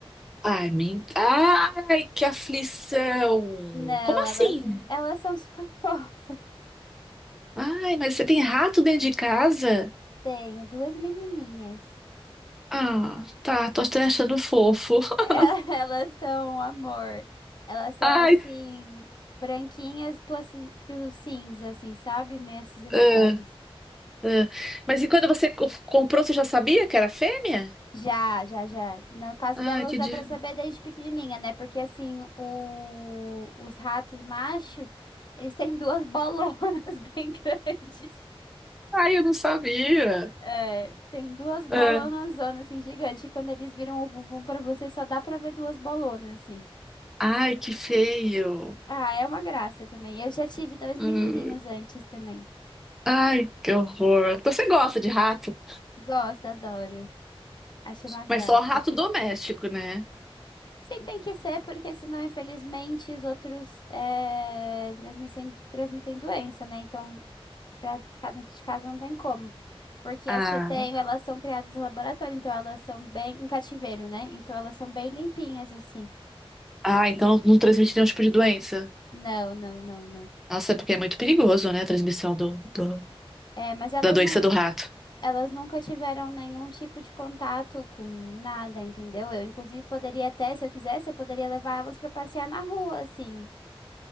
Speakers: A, in the centre; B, on the left (about 45°).
A: Ai, men... ai, que aflição.
B: Não,
A: Como assim?
B: ela, elas são super <laughs> fofas.
A: Ai, mas você tem rato dentro de casa?
B: Tenho duas menininhas.
A: Ah, tá, tô até achando fofo. <laughs>
B: É, <laughs> Elas são um amor. Elas são
A: Ai,
B: assim, branquinhas pro, aci- pro cinza, assim, sabe? Meio acinzentadas.
A: ah, ah. Mas e quando você co- comprou, você já sabia que era fêmea?
B: Já, já, já. No caso
A: Ai,
B: delas,
A: que
B: dá
A: dif...
B: pra saber desde pequenininha, né? Porque assim, o, os ratos macho, eles têm duas bolonas <laughs> bem grandes.
A: Ai, eu não sabia.
B: É, tem duas bolonas
A: Ah.
B: zona assim gigantes e quando eles viram o bumbum pra você só dá pra ver duas bolonas assim.
A: Ai, que feio.
B: Ah, é uma graça também. Eu já tive dois
A: Hum.
B: menininhos antes também.
A: Ai, que horror. Você gosta de rato?
B: Gosto, adoro. Acho uma graça.
A: Mas só rato doméstico, né?
B: Sim, tem que ser, porque senão, infelizmente, os outros é, transmitem, transmitem doença, né? Então, pra ficar dentro de casa não tem como. Porque
A: Ah,
B: as que eu tenho, elas são criadas em laboratório, então elas são bem em cativeiro, né? Então elas são bem limpinhas, assim.
A: ah, então não transmite nenhum tipo de doença.
B: Não, não, não, não.
A: Nossa, é porque é muito perigoso, né? A transmissão do, do-
B: É, mas elas
A: da doença
B: nunca,
A: do rato.
B: elas nunca tiveram nenhum tipo de contato com nada, entendeu? Eu, inclusive, poderia até, se eu quisesse, eu poderia levar elas pra passear na rua, assim.